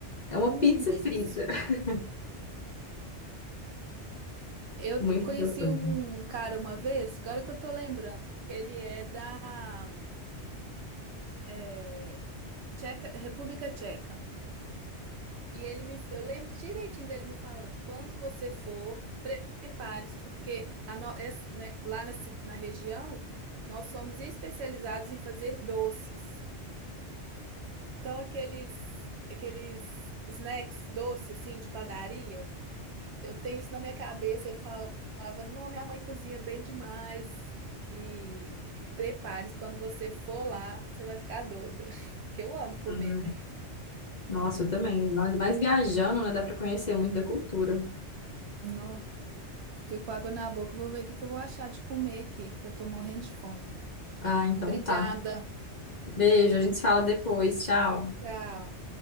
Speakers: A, on the left; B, on the right.
A: É
B: hum,
A: uma pizza
B: delícia.
A: frita. <laughs>
B: Eu
A: Muito
B: t- conheci
A: gostoso.
B: um cara uma vez, agora que eu tô lembrando. Ele é da é, Tcheca, República Tcheca. E ele me, eu lembro direitinho dele me falando, quando você for, pre- prepare-se, porque a no- es- né, lá na, ci- na região, nós somos especializados em fazer doces. Então, aqueles, aqueles snacks doces, assim, de padaria, eu tenho isso na minha cabeça. Ele falava, não, minha mãe cozinha bem demais. E prepare-se, quando você for lá, você vai ficar doida. <laughs> Porque eu amo comer,
A: Hum.
B: né?
A: Nossa, eu também. nós mais viajando, né? Dá pra conhecer muito da cultura.
B: Nó. Fiquei com água na boca. Vou ver o que que eu vou achar de comer aqui, que eu tô morrendo de fome.
A: Ah, então
B: Obrigada.
A: tá. Beijo, a gente se fala depois. Tchau.
B: Tchau.